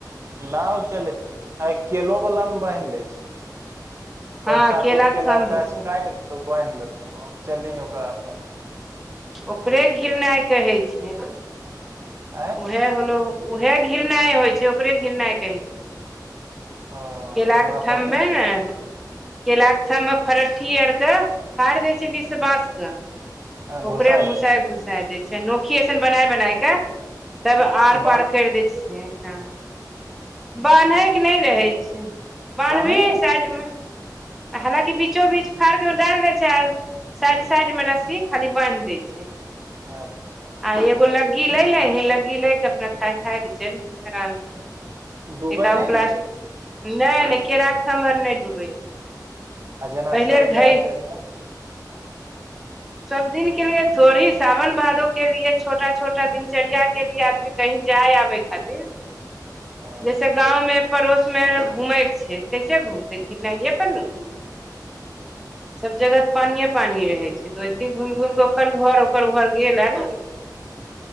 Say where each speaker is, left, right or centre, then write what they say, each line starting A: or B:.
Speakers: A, on the right (about 40°); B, in the centre.
A: नाव चलै छै अऽ केलो वाला न‌ऽ बान्हि दै छै। पाँच
B: हँ
A: सात
B: केला
A: गो केलाके
B: थम्भ
A: गाछ
B: के
A: काइट देतौ बान्हि लेतो आब चलही ओकरा प‌ऽ
B: ओकरे घिरनाइ कहै छै।
A: <unintelligible>
B: उहे होलो ऊहे घिरनाइ होइ छै ओकरे घिरनाइ कहै छै।
A: हँ
B: केलाके
A: हमरा
B: थम
A: पते
B: मे
A: नहि
B: केलाक के थममे फरट्ठी आर के फााइर देय छै बिच से बाँस के
A: घुसाय
B: ओकरे घुसा-घुसा
A: दै छै
B: दैय छै, नोकी एसन बनाय-बनाय कऽ तब आर-पार
A: बान्ह
B: कैर दैय छै हँ बान्है के नाऽ रहै छै बान्हबही
A: बान्है नै
B: साइडमे
A: छै
B: हालाँकि बीचो बीच फाड़के डाइल दै छै आर साइड साइड मे रस्सी खाली बान्हि दे अछि।
A: अच्छा।
B: आ एगो लगी ले लिअ, लग्गी लऽ कऽ अपन थाइ- थाइ सँ चलही, आराम सँ।
A: डूबै
B: एकागो
A: नै
B: प्लास
A: ने छै
B: नहि नहि केराके थम आर नाऽ डूबै छै <inaudible>
A: आ जेना
B: पहिलेर
A: सैर
B: घै
A: जाइ होतै
B: <inaudible>
A: तऽ
B: सब दिन के लिए थोड़ी साावन भादो के लिए छोटा छोटा दिनचर्या के लिए आदमी कही जाय आबै खातिर
A: हँ
B: जैसऽ गाम मे पड़ोस मे घूमेय क‌ऽ छै कैसे घुमते पर ने घुमत <inaudible> सभ जगह तऽ पानिए-पानि रहैत छै, तऽ ओइसे घुमि-घुमि कऽ ओकर घर, ओकर घर गेल, लेकिन